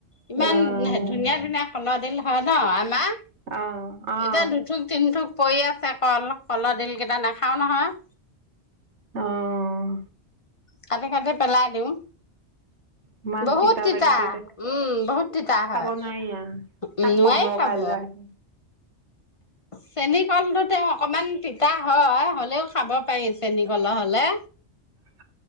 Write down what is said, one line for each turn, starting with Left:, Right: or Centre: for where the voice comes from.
Left: ইমান
Right: অঁ
Left: ধুনীয়া ধুনীয়া কলদিল হয় ন আমাৰ
Right: অঁ অঁ
Left: এতিয়া দুথোক তিনিথোক পৰি আছে কল কলদিল কেইটা নাখাও নহয়
Right: আহ
Left: কাটি কাটি পেলাই দিওঁ
Right: ইমান
Left: বহুত তিতা
Right: লাগিছে এতিয়া
Left: উম বহুত তিতা
Right: খাব
Left: হয়
Right: নোৱাৰি আৰু তাক
Left: উম নোৱাইে
Right: ক'ম ৰ
Left: খাব
Right: কাইলৈ আহি
Left: চেনী কলটোো তেওঁ অকমান তিতা হয় হ'লেও খাব পাৰি চেনী কলৰ হলে
Right: হয়